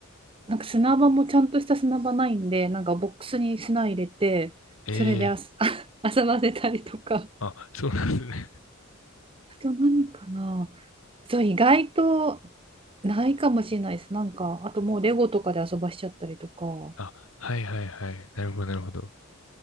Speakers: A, on the right; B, on the left.
A: なんか砂場もちゃんとした砂場ないんで、なんかボックスに砂入れて、
B: ええ
A: それで遊 <laughs> 遊ばせたりとか。あ
B: あ、そうなんですね。
A: と何かな。そう、意外とないかもしれないです。なんか、あともうレゴとかで遊ばしちゃったりとか。
B: あ、はいはいはい。なるほど、なるほど。